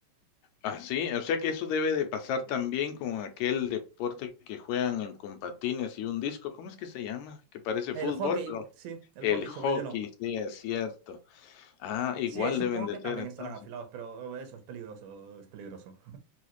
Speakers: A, on the left (about 75°); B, on the right (about 85°).
A: ah, sí, o sea que eso debe de pasar también con aquel deporte que juegan en con patines y un disco, ¿cómo es que se llama? Que parece
B: El
A: fútbol,
B: hockey,
A: pero
B: sí, el
A: el
B: hockey
A: hockey,
B: sobre hielo.
A: sí, es cierto. Ah, igual
B: Sí, ahí supongo
A: deben de
B: que también
A: ser entonces.
B: estarán afilados, pero eso es peligroso, es peligroso.